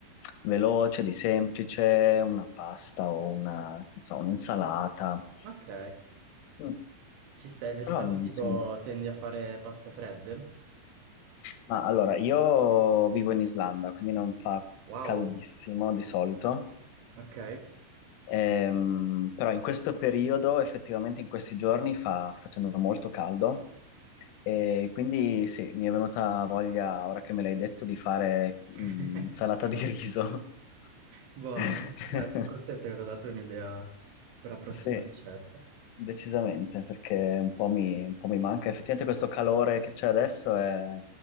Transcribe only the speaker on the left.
veloce, di semplice, una pasta o una, non so, un'insalata.
Mm,
Però,
sì.
Ma allora, io vivo in Islanda, quindi non fa
caldissimo di solito.
Ehm, però in questo periodo, effettivamente in questi giorni, fa, sta facendo molto caldo e quindi sì, mi è venuta voglia, ora che me l'hai detto, di fare mm,
salata di riso.
<laughs>
Sì,
decisamente, perché un po' mi, un po' mi manca. Effettivamente questo calore che c'è adesso è